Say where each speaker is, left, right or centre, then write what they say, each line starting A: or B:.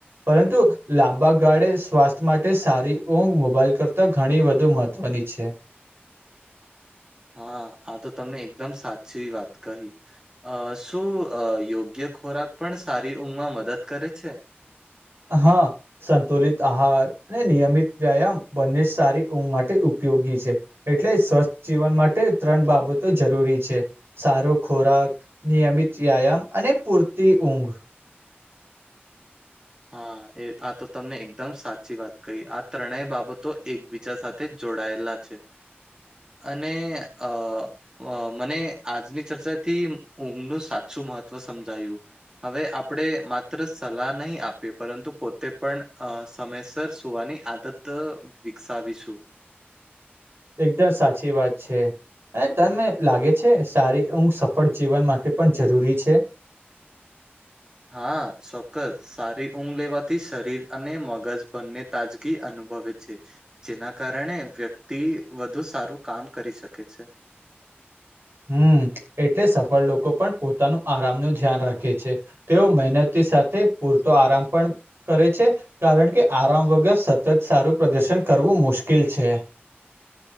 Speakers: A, on the right; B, on the right.
A: પરંતુ લાંબા ગાળે સ્વાસ્થ્ય માટે સારી ઊંઘ મોબાઈલ કરતા ઘણી વધુ મહત્વ મહત્વની છે.
B: હા, આ તો તમને એકદમ સાચી વાત કહી! અ શું યોગ્ય ખોરાક પણ સારી ઊંઘમાં મદદ કરે છે.
A: હા, સંતુલિત આહાર અને નિયમિત વ્યાયામ બંને સારી ઊંઘ માટે ઉપયોગી છે. એટલે સ્વસ્થ જીવન માટે ત્રણ બાબતો જરૂરી છે. સારો ખોરાક નિયમિત વ્યાયામ અને પૂરતી ઊંઘ
B: હા, એ આ તો તમને એકદમ સાચી વાત કહી આ ત્રણેય બાબતો એક બીજા સાથે જોડાયેલા છે અને અ અ મને આજની ચર્ચાથી ઊંઘનું સાચું મહત્વ સમજાયું. હવે આપણેે માત્ર સલાહ નહીં આપ પરંતુ પોતે પણ અ સમયસર સુવાની આદત વિકસાવીશું
A: એકદમ સાચી વાત છે. અને તમે લાગે છે સારી ઊંઘ સફળ જીવન માટે પણ જરૂરી છે.
B: હા, ચોક્કસ સારી ઊંઘ લેવાથી શરીર અને મગજ બંને તાજગી અનુભવે છે. જેના કારણે વ્યક્તિ વધુ સારું કામ કરી શકે છે.
A: હમ, એટલે સફળ લોકો પણ પોતાનું આરામનું ધ્યાન રાખે છે. તેઓ મહેનત સાથે પૂરતો આરામ પણ કરે છે. કારણ કે આરામ વગર સતત સારું પ્રદર્શન કરવું મુશ્કેલ છે.